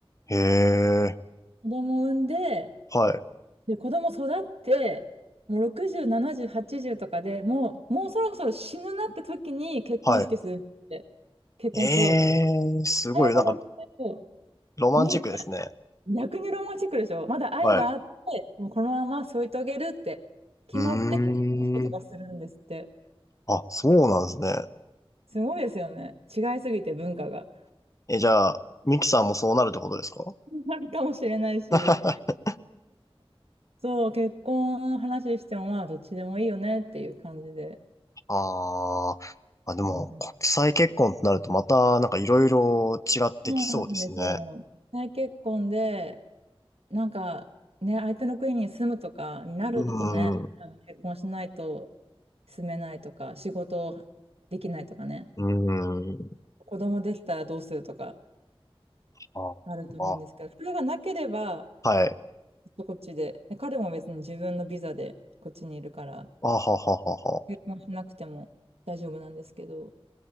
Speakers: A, on the left (about 30°); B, on the right (about 85°).
A: へえ、
B: 子供産んで、
A: はい、
B: で、子供育って、もう60、70、80とかでもう、もうそろそろ死ぬなって時に結婚式するって、
A: はい。
B: 結婚しようと。
A: ええ、すごい、
B: 最後の人
A: なんか、ロマンチックですね。
B: に、逆にロマンチックでしょまだ愛があって、
A: はい。
B: もうこのまま添い遂げるって決まって結婚式とかするんですって。
A: うーん。あ、そうなんですね。
B: すごいですよね。違いすぎて文化が。
A: え、じゃあ、ミキさんもそうなるってことですか
B: <laughs> あるかもしれないし。
A: <laughs>
B: そう、結婚の話しても、まあ、どっちでもいいよねっていう感じで。
A: あーあ、でも、
B: うん、
A: 国際結婚ってなるとまた、なんかいろいろ違ってきそうですね。
B: そうなんですよ。再結婚で、なんかね、相手の国に住むとかになるとね、
A: うーん、う
B: 結婚しないと住めないとか、仕事できないとかね、
A: ーん。
B: 子供できたらどうするとか
A: あ、
B: あると思うんですけど、
A: あ、
B: それがなければ、
A: はい。
B: ずっとこっちで、で彼も別に自分のビザでこっちにいるから、
A: あはははは。
B: 結婚しなくても大丈夫なんですけど、